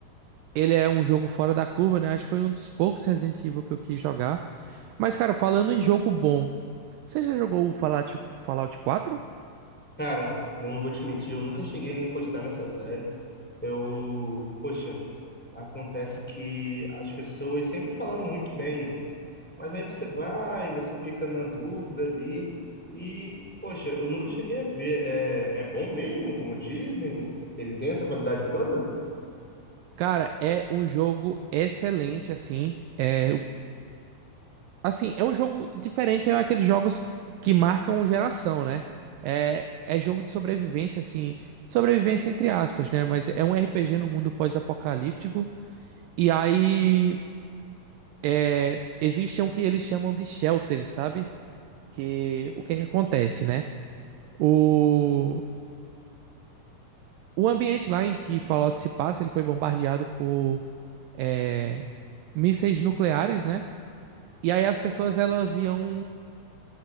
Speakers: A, on the right; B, in the centre.
A: ele é um jogo fora da curva, né? Acho que foi um dos poucos Resident Evil que eu quis jogar. Mas, cara, falando em jogo bom. Você já jogou o Fallout, Fallout 4?
B: Cara, não vou te mentir, eu nunca cheguei a encostar nessa série. Eu, poxa, acontece que as pessoas sempre falaram muito bem, mas aí você vai, você fica na dúvida ali, e, poxa, eu nunca cheguei a ver. É, é bom mesmo, como dizem? Ele tem essa qualidade toda?
A: Cara, é um jogo excelente, assim. É, o- assim, é um jogo diferente, é aqueles jogos que marcam geração, né? É, é jogo de sobrevivência, assim. Sobrevivência entre aspas, né? Mas é um RPG no mundo pós-apocalíptico. E aí, é, existem o que eles chamam de shelters, sabe? Que, o que é que acontece, né? o O ambiente lá em que Fallout se passa, ele foi bombardeado por é, mísseis nucleares, né? E aí as pessoas elas iam